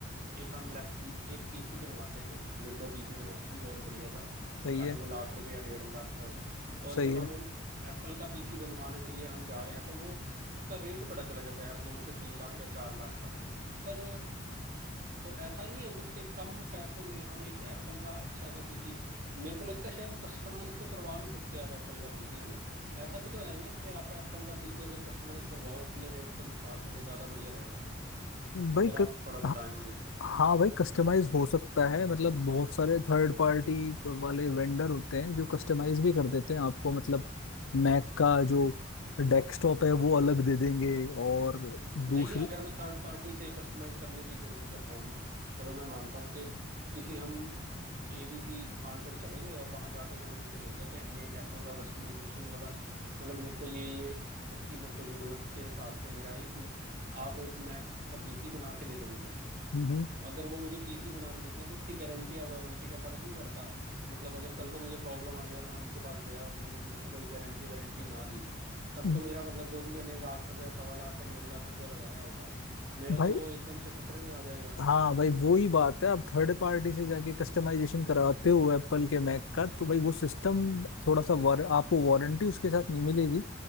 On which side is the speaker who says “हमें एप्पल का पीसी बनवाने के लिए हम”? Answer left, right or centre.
Right